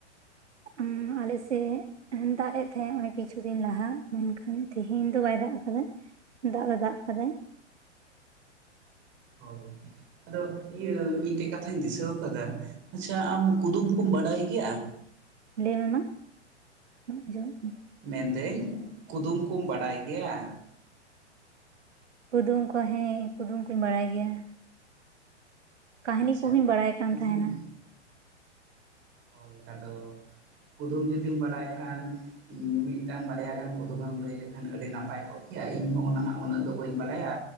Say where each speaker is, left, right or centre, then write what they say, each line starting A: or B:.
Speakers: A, on the right; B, on the right.
A: ᱩᱸ-ᱢ ᱟᱞᱮ ᱥᱮᱫ ᱩᱸᱦᱩ ᱫᱟᱜ ᱮᱫ ᱛᱟᱦᱮᱫ ᱱᱚᱜᱚᱭ ᱠᱤᱪᱷᱩ ᱫᱤᱱ ᱞᱟᱦᱟ ᱢᱮᱱᱠᱷᱟᱱ ᱛᱤᱦᱤᱧ ᱫᱚ ᱵᱟᱭ ᱫᱟᱜ ᱟᱠᱟᱫᱟ᱾ ᱫᱟᱜ ᱫᱚ ᱫᱟᱜ ᱠᱟᱫᱟᱭ
B: ᱦᱳᱭ ᱟᱫᱚ ᱤᱭᱟᱹ ᱢᱤᱫᱴᱮᱡ ᱠᱟᱛᱷᱟᱧ ᱫᱤᱥᱟᱹᱣ ᱟᱠᱟᱫᱟ ᱟᱪᱪᱷᱟ ᱟᱢ ᱠᱩᱫᱩᱢ ᱠᱩᱢ ᱵᱟᱰᱟᱭ ᱜᱮᱭᱟ?
A: ᱞᱟᱹᱭ ᱢᱮ ᱵᱟᱝ ᱟᱡᱚᱢᱚᱜ ᱠᱟᱼᱼ
B: ᱢᱮᱱ ᱫᱟᱹᱧ ᱠᱩᱫᱩᱢ ᱠᱩᱢ ᱵᱟᱰᱟᱭ ᱜᱮᱭᱟ
A: ᱠᱩᱫᱩᱢ ᱠᱚ ᱦᱮᱸ ᱠᱩᱫᱩᱢ ᱠᱩᱧ ᱵᱟᱲᱟᱭ ᱜᱮᱭᱟ
B: ᱟᱪᱪᱷᱟ
A: ᱠᱟᱹᱦᱤᱱᱤ ᱠᱚᱦᱚᱧ ᱵᱟᱲᱟᱭ ᱠᱟᱱ
B: ᱡᱩᱫᱤᱢ
A: ᱛᱟᱦᱮᱸᱱᱟ
B: ᱦᱳᱭ ᱟᱫᱚ ᱠᱩᱫᱩᱢ ᱡᱩᱫᱤᱢ ᱵᱟᱰᱟᱭ ᱠᱷᱟᱱ ᱢᱤᱫ ᱴᱟᱱ ᱵᱟᱨᱭᱟ ᱜᱟᱱ ᱠᱩᱫᱩᱢᱮᱢ ᱞᱟᱹᱭ ᱞᱮᱠᱷᱟᱱ ᱟᱹᱰᱤ ᱱᱟᱯᱟᱭ ᱠᱚᱜ ᱠᱮᱭᱟ ᱤᱧᱦᱚᱸ ᱚᱱᱟ ᱩᱱᱟᱹᱜ ᱫᱚ ᱵᱟᱹᱧ ᱵᱟᱲᱟᱭᱟ